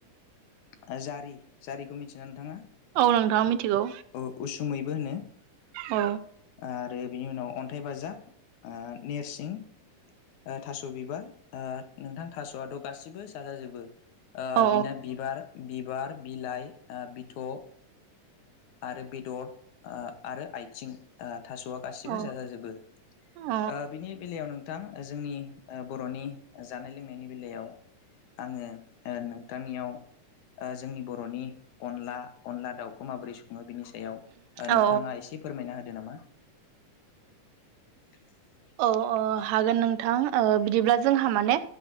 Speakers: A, on the left; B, on the right.
A: ओ जारि जारिखौ मिथियोना नोंथांङा?
B: औ नोंथां मिथिगौ
A: औ उसुमैबो होनो
B: औ
A: आ रो बिनि उनाव अन्थाइ बाजाब। ओ नेरसिं ओ थास' बिबार ओ नोंथां थास'आथ' गासिबो जाजाजोबो ओ
B: औ
A: बेना बिबार बिबार बिलाइ ओ बिथ' ओ आरो बेदर ओ आरो आथिं ओ थास'आ गासिबो
B: औ
A: जाजाजोबो
B: औ
A: ओ बिनि बेलायाव नों थां जोंनि ओ बर'नि ओ जानाय लोंनायनि बेलायाव आंङो ओ नोंथांनियाव ओ जोंनि बर'नि अनला अनला दाउखौ माबोरै संङो बिनि सायाव ओ नोंथाङा
B: औ
A: एसे फोरमायना होदो नामा? <inaudible>
B: औ ओ हागोन नोंथां ओ बिदिब्ला जोंहा माने